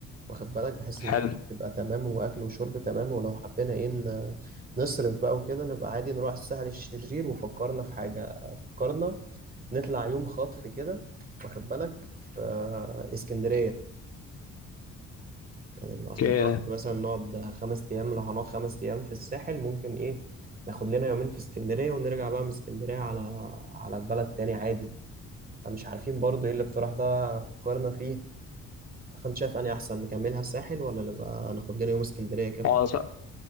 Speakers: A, on the right; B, on the left.
A: واخد بالك بحيث
B: حلو
A: ان تبقى تمام واكل وشرب تمام ولو حبينا ايه ن- نصرف بقى وكده نبقى عادي نروح الساحل الشرير وفكرنا في حاجة فكرنا نطلع يوم خطف كده واخد بالك في اسكندرية يعني لو احنا
B: اوكي
A: مثلا نقعد خمس ايام لو هنقعد خمس ايام في الساحل ممكن ايه ناخد لنا يومين في اسكندرية ونرجع بقى من اسكندرية على على البلد تاني عادي فمش عارفين برضو ايه الاقتراح ده فكرنا فيه فانت شايف اني احسن نكملها الساحل ولا نبقى ناخد لنا يوم اسكندريه كده في-
B: هو
A: البيت؟